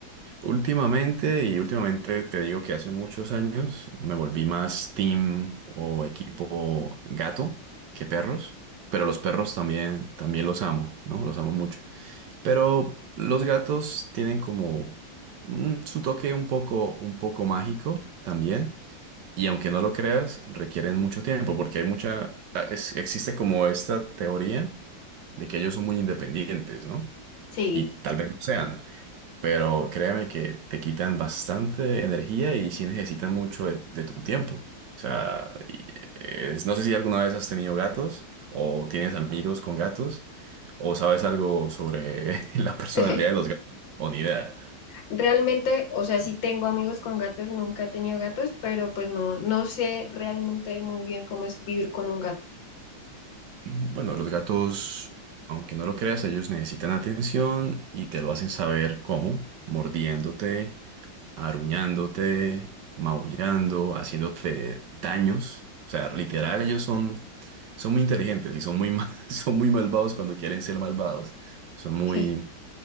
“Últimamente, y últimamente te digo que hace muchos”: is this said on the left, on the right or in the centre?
Right